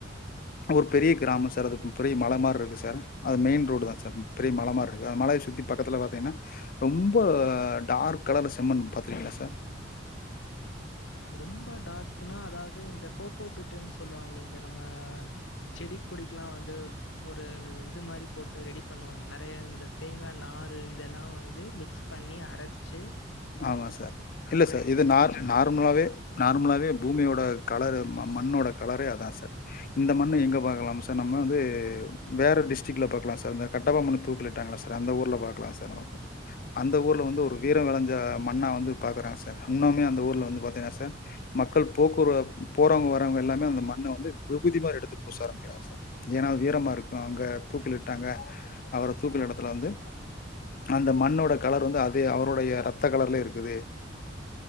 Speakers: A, on the left (about 50°); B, on the left (about 90°).
A: ஒரு பெரிய கிராம சார் அது பெரிய மல மார இருக்கு சார் அது மெயின் ரோடு தா சார் பெரிய மல மாரி இருக்கு அ மலைய சுத்தி பக்கத்துல பாத்திங்கன்னா ரொம்ப டார்க் கலர்ல செம்மண் பாத்துருக்கீங்களா சார்
B: ரொம்ப டார்க்குன்னா அதாவது இந்த கோகோபிட்டுன்னு சொல்லுவாங்களே இந்த நம்ம இந்த செடி கொடிக்லா வந்து ஒரு இது மாரி போட்டு ரெடி பண்ணுவாங்க நெறைய இந்த தேங்கா நாறு இதெல்லா வந்து மிக்ஸ் பண்ணி அரச்சு
A: ஆமா இல்ல சார் இது நார்
B: சொல்றீங்களா?
A: நார்மலாவே நார்மலாவே பூமியோட கலரு ம மண்ணோட கலரே அதா சார் இந்த மண்ணு எங்க பாக்லாம் சார் நம்ம வந்து வேற டிஸ்ட்டிக்ல பாக்லா சார் இந்த கட்ட பொம்மண தூக்கிலிட்டாங்கல்ல சார் அந்த ஊர்ல பாக்லா சார் நமக்கு அந்த ஊர்ல வந்து ஒரு வீரோ வெளஞ்ச மண்ணா வந்து பாக்குறாங்க சார் இன்னுமே அந்த ஊர்ல வந்து பாத்தீங்னா சார் மக்கள் போக்குர போறவுங்க வரவுங்க எல்லாமே அந்த மண்ண வந்து விபூதி மாரி எடுத்து பூச ஆரம்பிக்கிறாங்க சார் ஏன்னா அது வீரமா இருக்கோ அங்க தூக்கிளிட்டாங்க அவர தூக்கிலிடத்துல வந்து அந்த மண்ணோட கலர் வந்து அதே அவருடைய ரத்த கலர்லே இருக்குது